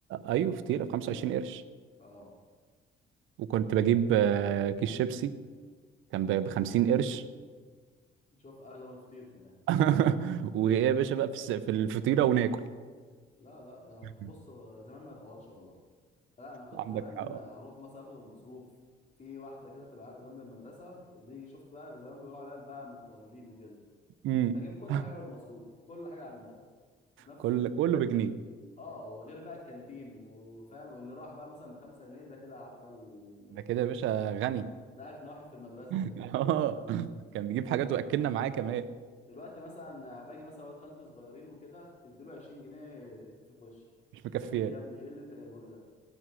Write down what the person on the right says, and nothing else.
ايوه فطيره ب 25 قرش
وكنت بجيب آه، كيس شيبسي كان ب 50 قرش
<laughs> وايه يا باشا بقى في الس- في الفطيره وناكل
<laughs>
عندك
حق
امم
<laughs>
كل
كله بجنيه
ده كده يا باشا
غني
<laughs>
اه كان بيجيب حاجات واكلنا معاه كمان
مش مكفياه